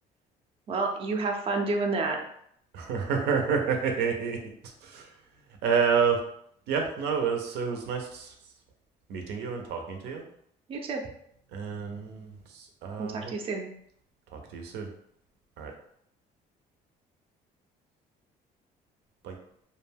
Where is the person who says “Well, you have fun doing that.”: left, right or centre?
Right